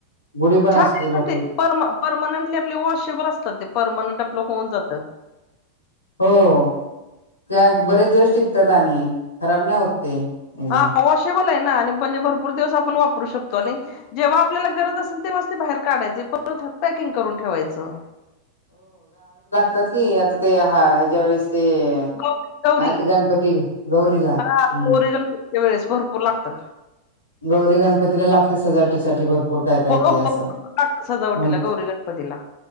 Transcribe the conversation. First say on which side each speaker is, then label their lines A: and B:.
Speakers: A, on the left; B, on the left.
A: गुढी पण
B: छान
A: असते लोकरीची
B: ते पर परमानंटली आपली वॉशेबल असतात ते परमानंट आपलं होऊन जातं.
A: हो का बरेच दिवस टिकतात, आणि खराब नाही होत. ते एकदम
B: हाशे बले ना आणि म्हणजे भरपूर दिवस आपण वापरू शकतो आणि जेव्हा आपल्याला गरज असेल तेव्हा ते बाहेर काढायचे परत पॅकिंग करून ठेवायचं. ठेवायचं.
A: त्यात की आता ते हा ह्या ज्या वेळेस ते
B: गौ गौरी
A: काय ते गणपती गौरीला हम्म.
B: हा गौरी गणपतीच्या वेळेस भरपूर लागतं.
A: गौरी गणपतीला लागते सजावटीसाठी भर पूर काय काय
B: हो हो
A: ते असं.
B: भरपूर लागतं सजावटीला
A: मग
B: गौरी गणपतीला